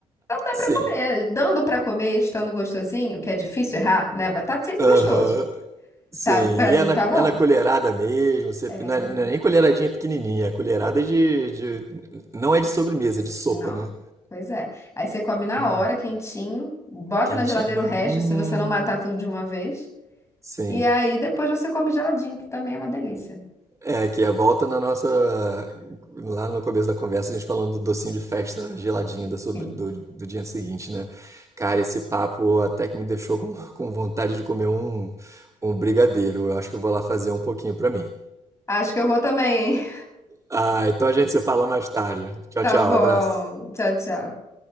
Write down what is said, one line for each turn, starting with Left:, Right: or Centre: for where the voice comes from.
Left: Não dá
Right: Sim.
Left: pra comer. Dando pra comer, estando gostosinho, que é difícil errar, né? Vai estar sempre
Right: Aham.
Left: gostoso.
Right: Sim.
Left: Tá, para
Right: E
Left: mim
Right: é na,
Left: tá bom.
Right: é na colherada mesmo. Você,
Left: É,
Right: não, é, não é nem colheradinha pequenininha. É colherada de, de. Não é de sobremesa, é de sopa,
Left: não.
Right: né?
Left: Pois é. Aí você come na
Right: Hum,
Left: hora, quentinho, bota
Right: quentinho.
Left: na geladeira o resto,
Right: Hum.
Left: se você não matar tudo de uma vez.
Right: Sim.
Left: E aí depois você come geladinho, que também é uma delícia.
Right: É, que é volta na nossa. Lá no começo da conversa, a gente falando do docinho de festa geladinho da sobre-
Left: Sim.
Right: do, do dia seguinte, né? Cara, esse papo até que me deixou com, <laughs> com vontade de comer um, um brigadeiro. Eu acho que eu vou lá fazer um pouquinho pra mim.
Left: Acho que eu vou também, hein? <laughs>
Right: Ah, então a gente se fala mais tarde. Tchau,
Left: Tá
Right: tchau,
Left: bom.
Right: abraço.
Left: Tchau, tchau.